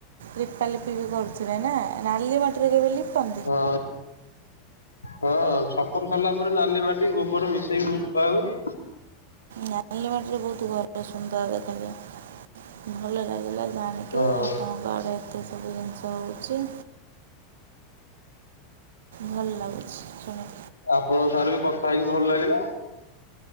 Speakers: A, on the right (about 60°); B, on the left (about 80°).
A: ଲିପା ଲିପି ବି କରୁଥିବେ ନା ନାଲି ମାଟିରେ କେବେ ଲିପ?
B: ଅ। ହଁ ଛପର ସରିଲା ପରେ ନାଲି ମାଟି ଗୋବର ମିଶେଇକି ଲିପା ହୁଏ।
A: ନାଲି ମାଟିରେ ବହୁତ ଭଲ ସୁନ୍ଦର ଦେଖାଯାଏ ଭଲ ଲାଗିଲା ଜାଣି। କି
B: ହଁ
A: ଆପଣଙ୍କ ଆଡେ ଏତେ ସବୁ ଜିନିଷ ହଉଛି। ଭଲ ଲାଗୁଛି ଜାଣେ।
B: ଆପଣଙ୍କ ସାଙ୍ଗରେ ବି କଥା ହେଇକି ଭଲ ଲାଗିଲା।